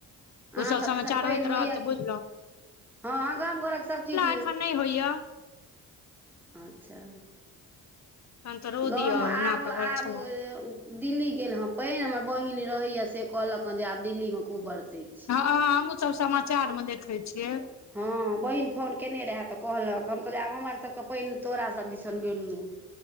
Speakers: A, on the left; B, in the centre.
A: कुशल
B: अहाँ सब
A: समाचार
B: दिसन पानि
A: होइत
B: होइए
A: रहल तऽ
B: कि
A: बुझलहु
B: हँ हं गाम घरक सब चीज
A: एखन नहि होइया
B: अच्छा
A: तहन तऽ रो
B: गाँम
A: दियौ
B: आब
A: ओना तऽ
B: आब
A: बड़ छलए
B: दिल्ली गेल हँ पहि हमर बहिन रहैया से कहलक हं जे आब दिल्ली मे खूब बरसै छै
A: हँँ हमहूँसभ समाचारमे देखैत छियै
B: हँ बहिन फोन केने रहै तऽ कहलक हम कहलियै आब हमर सबके पानि तोरा सब दिसन गेलौ